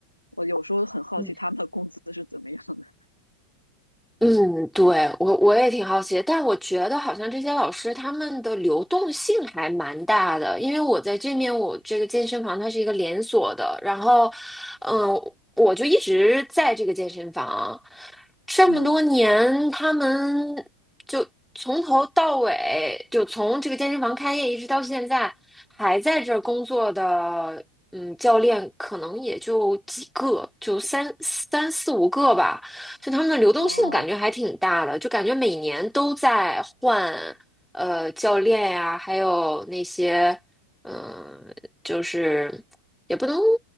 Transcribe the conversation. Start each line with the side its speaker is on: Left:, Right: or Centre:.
Left: 我有时候很好奇他们的工资是怎么样的。
Centre: 嗯。嗯，对，我我也挺好奇的但我觉得好像这些老师他们的流动性还蛮大的，因为我在这面我这个健身房它是一个连锁的，然后，嗯，我就一直在这个健身房，这么多年，
Left: 嗯，
Centre: 他们就从头到尾，就从这个健身房开业一直到现在，还在这儿工作的，嗯，教练可能也就几个，就三三四五个吧。就他们的流动性感觉还挺大的，
Left: 哦，
Centre: 就感觉每年都在换，呃，教练呀、还有那些，嗯、就是。也不能